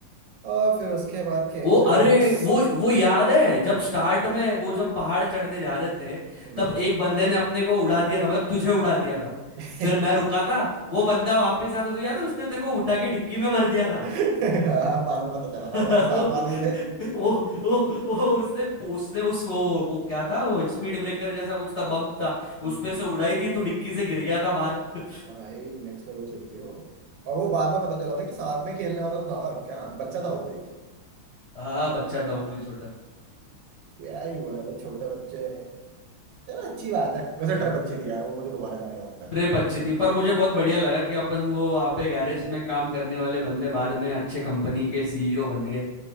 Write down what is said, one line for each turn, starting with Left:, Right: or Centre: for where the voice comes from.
Right: और फिर उसके बाद के एक्सीडेंट्स
Left: वो अरे वो वो याद है जब स्टार्ट में वो जब पहाड़ चढ़ने जा रहे थे
Right: हम्म
Left: तब एक बंदे ने अपने को उड़ा दिया था मतलब तुझे उड़ा दिया था
Right: <laughs>
Left: फिर मैं रुका था वो बंदा वापस आया था तुझे याद है उसने तेरे को उठा के डिक्की में भर दिया था
Right: हाँ, बाद में पता चला था
Left: <laughs> वो
Right: साले साथ वाले ही थे
Left: वो वो उसने उसने उस वो वो क्या था वो एक स्पीड ब्रेकर जैसा कुछ था बम्प था
Right: हम्म,
Left: उस पे से उड़ाई थी तू डिक्की से गिर गया था बाहर <laughs>
Right: भाई नेक्स्ट लेवल छुट्टी हो और वो बाद में पता चला था कि साथ में खेलने वाला तो था क्या नाम बच्चा था वो कोई
Left: हाँ बच्चा था वो भी छोटा
Right: क्या ही बोले भाई छोटे बच्चे चलो अच्छी बात है वैसे
Left: भाई
Right: ट्रिप अच्छी थी यार वो मुझे दोबारा जाने का मन कर
Left: ट्रिप
Right: रहा है
Left: अच्छी थी पर मुझे बहुत बढ़िया लगा कि अपन वो वहाँ पे गैरेज में काम करने वाले बंदे बाद में अच्छे कंपनी के सीईओ बन गए